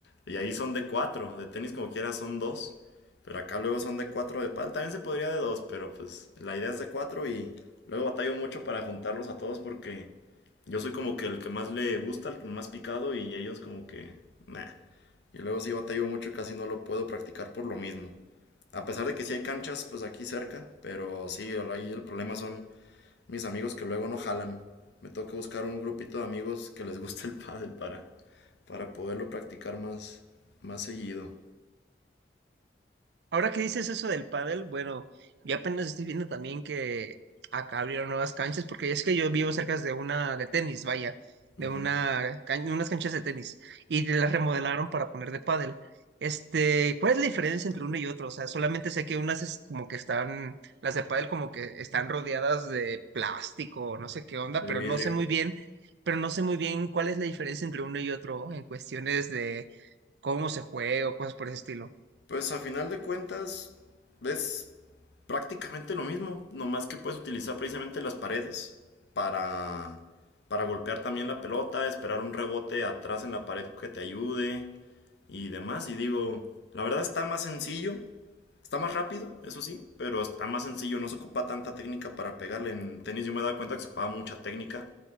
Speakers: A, on the left (about 80°); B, on the right (about 75°).
A: y ahí son de cuatro, de tenis como quiera son dos, pero acá luego son de cuatro de pádel, también se podría de dos, pero pues la idea es de cuatro y luego batallo mucho para juntarlos a todos porque Yo soy como que el que más le gusta, el más picado y ellos como que... Nah. Y luego sí batallo mucho, casi no lo puedo practicar por lo mismo. A pesar de que sí hay canchas pues aquí cerca, pero sí, ahí el problema son mis amigos que luego no jalan. Me toca buscar un grupito de amigos que les guste el pádel para, para poderlo practicar más, más seguido.
B: Ahora que dices eso del pádel, bueno, yo apenas estoy viendo también que acá abrieron nuevas canchas, porque es que yo vivo cerca de una de tenis, vaya,
A: Uh
B: de
A: -huh.
B: una can- de unas canchas de tenis, y de las remodelaron para poner de pádel. Este, ¿cuál es la diferencia entre uno y otro? O sea, solamente sé que unas es como que están, las de pádel como que están rodeadas de plástico, no sé qué onda,
A: De
B: pero
A: vidrio.
B: no sé muy bien, pero no sé muy bien cuál es la diferencia entre uno y otro en cuestiones de cómo se juega o cosas por ese estilo.
A: Pues a final de cuentas, ves prácticamente lo mismo, nomás que puedes utilizar precisamente las paredes para, para golpear también la pelota, esperar un rebote atrás en la pared que te ayude y demás. Y digo, la verdad está más sencillo, está más rápido, eso sí, pero está más sencillo, no se ocupa tanta técnica para pegarle. En tenis yo me he dado cuenta que se ocupaba mucha técnica